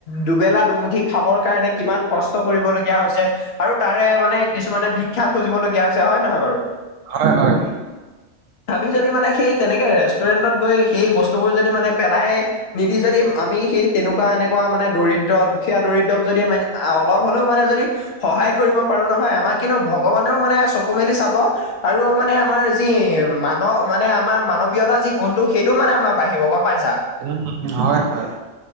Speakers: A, on the left; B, on the right.
A: দুবেলা দুমুঠি খাবৰ কাৰণে কিমান কষ্ট কৰিবলগীয়া হৈছে আৰু তাৰে মানে কিছুমানে ভিক্ষা খুজিবলগীয়া হৈছে হয় নে নহয় বাৰু
B: হয় হয়।
A: আমি যদি মানে সেই তেনেকে ৰেষ্টুৰেন্টত গৈ সেই বস্তুবোৰ যদি মানে পেলাই নিদি যদি আমি সেই তেনেকুৱা এনেকুৱা মানে দৰিদ্ৰ, দুখীয়া দৰিদ্ৰক যদি আমি অলপ হ'লেও মানে যদি সহায় কৰিব পাৰো নহয় আমাক কিন্তু ভগৱানেও মানে চকু মেলি চাব আৰু মানে আমাৰ যি মান, মানে আমাৰ মানৱীয়তা যি গুণটো সেইটো মানে আমাৰ বাঢ়িব গম পাইছা।
B: উম উ হয় হয়,